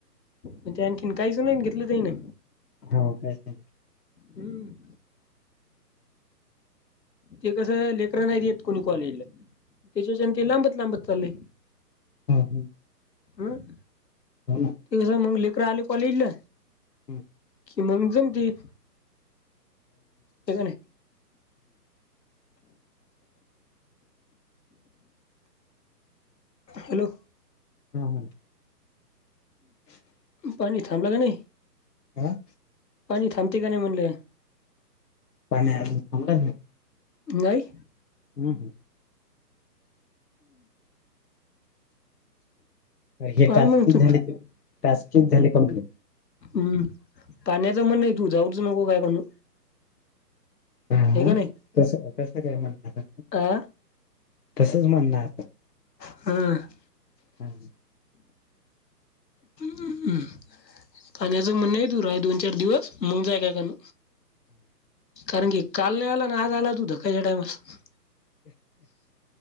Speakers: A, on the left; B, on the left.
A: पण ते आणखीन काहीच नाही घेतलं त्याने
B: हा काहीच नाय.
A: हम्म. ते कसं लेकरं नाहीत येत कोणी कॉलेजला त्याच्या च्याने ते लांबत लांबत चाललंय.
B: हां हू.
A: आं.
B: हो ना.
A: त ज मंग लेकर आले कॉलेज ला
B: हम्म.
A: कि मंग जमतील हे का नाय. <inaudible> हॅलो.
B: ह ह. <inaudible>
A: पाणी थांबल क नई.
B: आ.
A: पाणी थांबते का नाही म्हणल.
B: पाणी अजून थांबल नाही.
A: नाही.
B: ऊ हुं हे
A: काय
B: टास्कच
A: म्हगतो.
B: झाले ते टास्कच झाले कंप्लीट
A: हम्म पाण्याचं म्हणण आहे नाही तू जाऊच नको काय म्हणू.
B: हा
A: नाही
B: तस कस काय म्हणणार
A: आ
B: तसच म्हणण आहे.
A: हा.
B: हम् हू.
A: ह् पाण्याचं म्हणणं आहे तू राय दोन चार दिवस मग जाय काय काम कारण की काल नाही आला ना आज आला तू धकायच्या टायमाला.